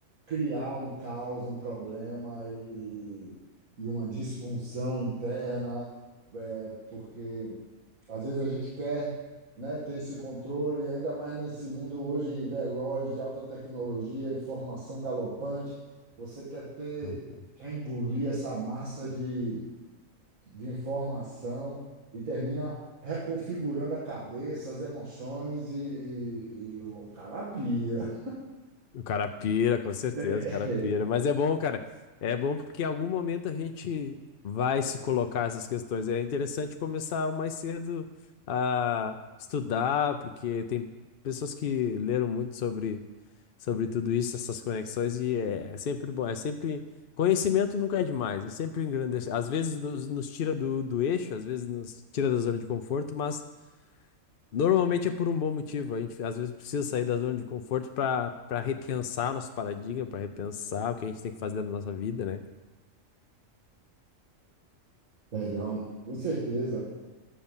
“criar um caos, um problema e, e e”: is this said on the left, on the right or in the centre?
Right